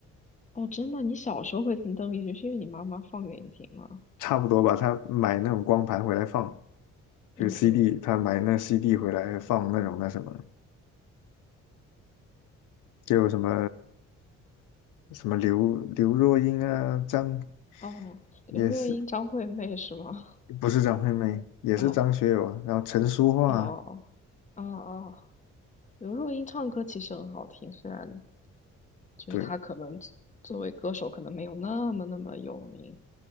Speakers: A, on the left; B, on the left.
A: 哦，真的，你小时候会听邓丽君，是因为你妈妈放给你听吗？
B: 差不多吧。她买那种光盘回来放，
A: 嗯嗯。
B: 就是 CD，她买那 CD 回来放那种那什么，就有什么什么刘刘若英啊，张
A: 哦，刘若英、
B: 也是
A: 张惠妹是吗？
B: 不是张惠妹，也是张学友啊，
A: <laughs> 哦
B: 然后陈淑桦啊
A: 哦哦哦哦哦，刘若英唱歌其实很好听，虽然就是她可能作作为歌手可能没有那么那么有名
B: 对